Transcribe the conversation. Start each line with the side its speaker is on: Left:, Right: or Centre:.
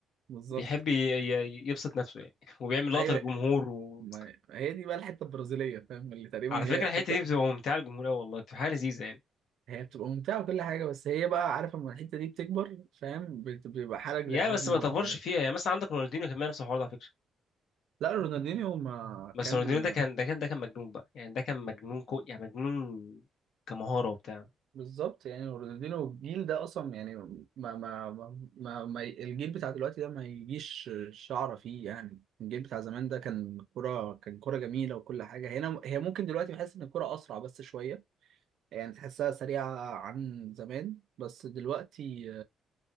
Right: بالظبط
Left: بيحب ي- ي- يبسط نفسه يعني وبيعمل لقطة
Right: أيوه
Left: للجمهور و...
Right: ما هي دي بقى الحته البرازيليه فاهم اللي تقريبا
Left: على
Right: هي
Left: فكره
Right: حته
Left: الحته دي بتبقى ممتعه للجمهور قوي والله بتبقى حاجه لذيذه يعني
Right: هي بتبقى ممتعه وكل حاجه بس هي بقى عارف لما الحته دي بتكبر فاهم بت- بيبقى حالك
Left: يا
Right: زي حال
Left: بس
Right: نيمار
Left: ما تفرش
Right: كده
Left: فيها يعني مثلا عندك رونالدينيو كان بيعمل نفس الحوار ده على فكره
Right: لا رونالدينيو ما
Left: بس
Right: كان
Left: رونالدينيو ده كان ده كان ده كان مجنون بقى يعني ده كان مجنون كو يعني مجنون كمهاره وبتاع
Right: بالظبط يعني رونالدينيو الجيل ده اصلا يعني ما ما ما, ما, ما الجيل بتاع دلوقتي ده ما يجيش شعره فيه يعني الجيل بتاع زمان ده كان كرة كان كرة جميله وكل حاجه هنا هي ممكن دلوقتي بحس ان الكرة اسرع بس شويه يعني تحسها سريعه عن زمان بس دلوقتي